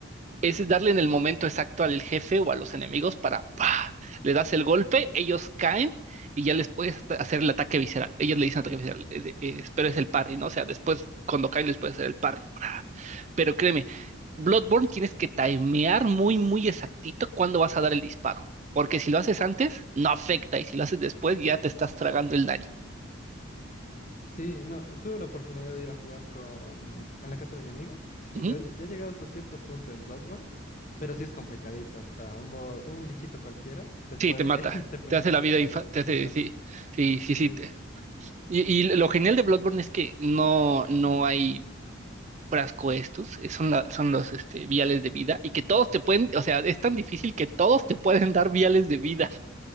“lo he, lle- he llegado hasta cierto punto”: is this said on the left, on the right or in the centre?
Left